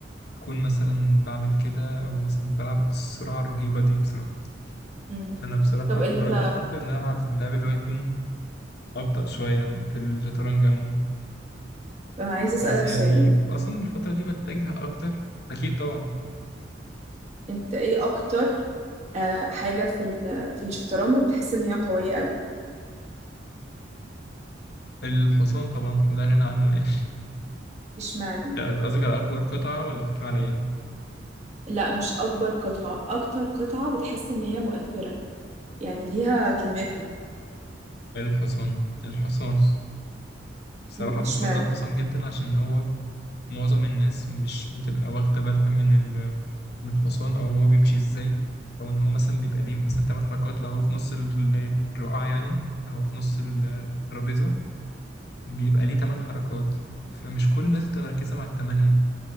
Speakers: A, on the left; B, on the right.
A: أكون مثلا بعمل كده أو مثلا بلعب بالسرعة الرهيبة دي بصراحة
B: امم
A: فأنا بصراحة
B: طب أنت
A: برجح أكتر إن أنا ألعب لعب اللي هو يكون أبطأ شوية في الشطرنج عموما
B: أنا عايز أسألك
A: بس يعني
B: سؤال
A: أصلا الفترة دي بتجه أكتر أكيد طبعا
B: أنت إيه أكتر آه، حاجة في ال- في الشطرنج بتحس إن هي قوية أوي
A: الحصان طبعا لا غنى عنه <laughs> يعني
B: إشمعنى؟
A: لا، أنت قصدك على أكبر قطعة ولا بتتكلم على إيه؟
B: لا مش أكبر قطعة أكتر قطعة بتحس إن هي مؤثرة يعني ليها كلمتها
A: الحصان الحصان بصراحة
B: م، إشمعنى؟
A: بفضل الحصان جدا عشان هو معظم الناس مش بتبقى واخدة بالها من ال من الحصان أو هو بيمشي إزاي أو إن هو مثلا بيبقى ليه مثلا تمن حركات لو هو في نص ال- الرقعة يعني أو هو في نص الترابيزة بيبقى ليه تمن حركات فمش كل الناس بتبقى مركزة مع التمانية